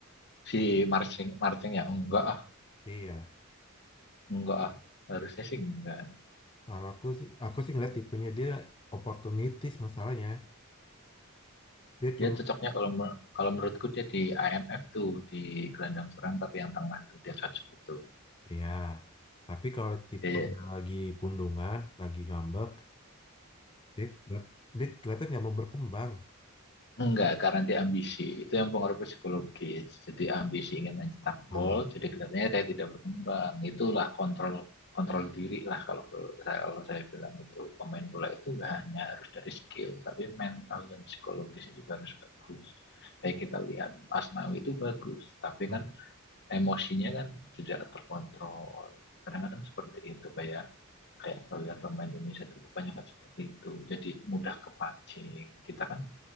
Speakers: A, on the left; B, on the left.
A: si Marceng Marceng ya enggak ah
B: Iya.
A: enggak ah harusnya sih enggak.
B: Kalau aku sih aku sih ngeliat tipenya dia oportunitis masalahnya. Dia cuma
A: Dia cocoknya kalau kalau menurutku dia di IMF tuh di gelandang serang tapi yang tengah tuh dia cocok itu.
B: Iya, tapi kalau tipe
A: Dia
B: lagi pundungan, lagi ngambek, dia, dia kelihatan nggak mau berkembang.
A: Enggak, karena dia ambisi. Itu yang pengaruh psikologis. Jadi ambisi ingin mencetak
B: Nah,
A: gol, jadi kelihatannya saya tidak berkembang. Itulah kontrol kontrol diri lah kalau saya kalau saya bilang itu pemain bola itu nggak hanya harus dari skill, tapi mental dan psikologisnya juga harus bagus. Kayak kita lihat Asnawi itu bagus, tapi
B: nah,
A: kan emosinya kan tidak terkontrol. Kadang-kadang seperti itu kayak kayak kalau lihat pemain Indonesia itu kebanyakan seperti itu. Jadi mudah kepancing. Kita kan